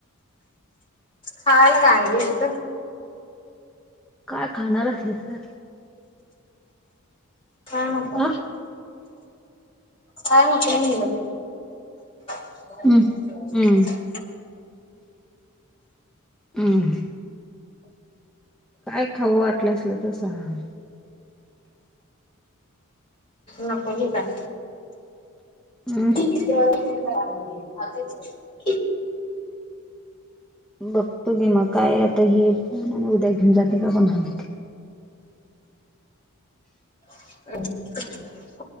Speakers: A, on the left (about 25°); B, in the centre.
A: खायला का आणली तिथ
B: काय खाणार असलीस तर
A: काय नको
B: अ
A: काय नको म्हणलं हो
B: हम्म हम्म हम् काय खावं वाटलं असल तर सांग
A: नको की काय
B: हम
A: <inaudible>
B: बघतो के मग काय आता हे उद्या घेऊन जाते का पण ह
A: <inaudible>